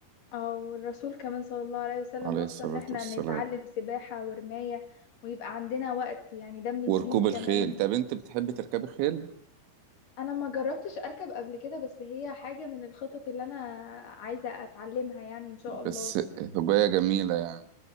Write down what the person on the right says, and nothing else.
عليه
الصلاة
والسلام
وركوب
الخيل طب انت بتحبي تركبي خيل
بس هواية جميلة يعني